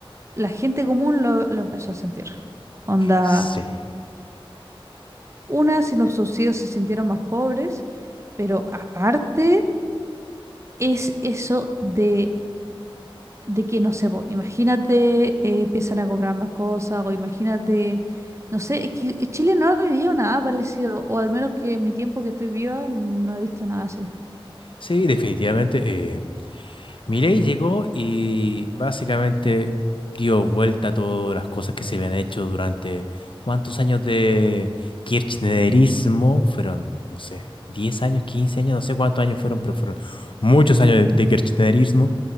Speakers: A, on the right (about 30°); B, on the left (about 60°).
A: la gente común lo, lo empezó a sentir. Onda,
B: Sí,
A: una, si los subsidios se sintieron más pobres, pero aparte es eso de, de que, no sé, po, imagínate, eh, empiezan a cobrar más cosas, o imagínate, no sé, es que Chile no ha vivido nada parecido, o al menos que en mi tiempo que estoy viva no he visto nada así.
B: sí, definitivamente. Eh, Milei llegó y básicamente dio vuelta a todas las cosas que se habían hecho durante cuántos años de kirchnerismo fueron, no sé, 10 años, 15 años, no sé cuántos años fueron, pero fueron muchos años de, de kirchnerismo.